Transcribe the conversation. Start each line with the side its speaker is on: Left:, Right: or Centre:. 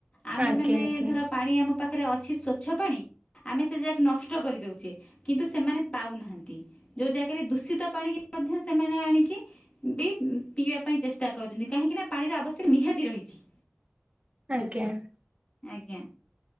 Left: ଆମେ
Right: ଆଜ୍ଞା
Left: ମାନେ
Right: ଆଜ୍ଞା।
Left: ଧର ପାଣି ଆମ ପାଖରେ ଅଛି ସ୍ଵଚ୍ଛ ପାଣି ଆମେ ସେ ଜାକ୍ ନଷ୍ଟ କରିଦଉଚେ କିନ୍ତୁ ସେମାନେ ପାଉନାହାନ୍ତି ଯୋଉ ଜାଗାରେ ଦୂଷିତ ପାଣିକି ମଧ୍ୟ ସେମାନେ ଆଣିକି ବି ପିଇଆ ପାଇଁ ଚେଷ୍ଟା କରୁଛନ୍ତି କାହିଁକି ନା ପାଣିର ଆବଶ୍ୟକ ନିହାତି ରହିଛି।
Right: ଆଜ୍ଞା।
Left: ଆଜ୍ଞା।